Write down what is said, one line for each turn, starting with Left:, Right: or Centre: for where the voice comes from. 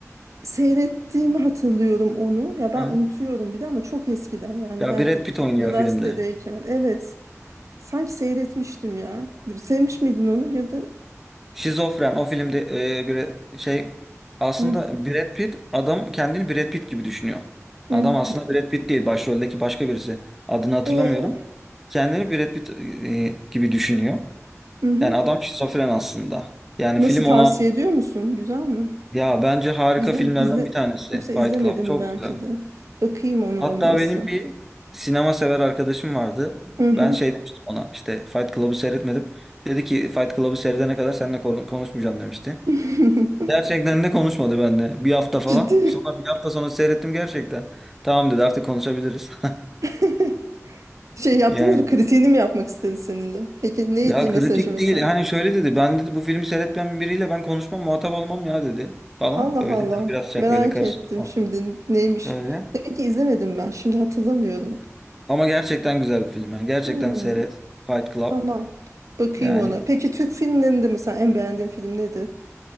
Right: seyrettiğimi hatırlıyorum onu ya ben
Centre: Hı.
Right: unutuyorum bir de ama çok eskiden yani
Centre: Ya
Right: belki
Centre: Brad Pitt
Right: de işte
Centre: oynuyor
Right: üniversitedeyken
Centre: filmde.
Right: evet Sanki seyretmiştim ya. Sevmiş miydin onu ya da
Centre: Şizofren o filmde e, bir şey aslında
Right: Hı,
Centre: Brad Pitt adam kendini Brad Pitt gibi düşünüyor.
Right: hı.
Centre: Adam aslında Brad Pitt değil başroldeki başka birisi. Adını hatırlamıyorum.
Right: E,
Centre: Kendini Brad Pitt e, gibi düşünüyor.
Right: hı hı.
Centre: Yani adam şizofren aslında. Yani
Right: Nasıl
Centre: film
Right: tavsiye
Centre: ona
Right: ediyor musun? Güzel mi?
Centre: ya bence harika
Right: İzle,
Centre: filmlerden
Right: izle,
Centre: bir tanesi
Right: yoksa
Centre: Fight
Right: izlemedim
Centre: Club. Çok
Right: belki
Centre: güzel.
Right: de. Bakayım ona
Centre: Hatta
Right: olmazsa.
Centre: benim bir sinema sever arkadaşım vardı. Ben
Right: Hı hı.
Centre: şey demiştim ona işte Fight Club'ı seyretmedim. Dedi ki Fight Club'ı seyredene kadar seninle kon- konuşmayacağım demişti.
Right: <laughs>
Centre: Gerçekten de konuşmadı benimle. Bir hafta falan.
Right: Ciddi.
Centre: Sonra bir hafta sonra seyrettim gerçekten. Tamam dedi artık konuşabiliriz. <laughs>
Right: <laughs> Şey yaptınız
Centre: Yani
Right: mı? Kritiğini mi yapmak istedi seninle? Peki neydi
Centre: ya kritik
Right: mesajı mesela?
Centre: değil. Hani şöyle dedi. Ben dedi bu filmi seyretmeyen biriyle ben konuşmam muhatap olmam ya dedi. Falan
Right: Allah
Centre: öyle.
Right: Allah.
Centre: Yani biraz şakayla
Right: Merak
Centre: karışık.
Right: ettim
Centre: ama
Right: şimdi neymiş.
Centre: Öyle.
Right: Demek ki izlemedim ben. Şimdi hatırlamıyorum.
Centre: Ama gerçekten güzel bir film. Yani gerçekten
Right: Hmm.
Centre: seyret. Fight Club.
Right: Tamam. Bakayım
Centre: Yani
Right: ona. Peki Türk filmlerinde mesela en beğendiğin film nedir?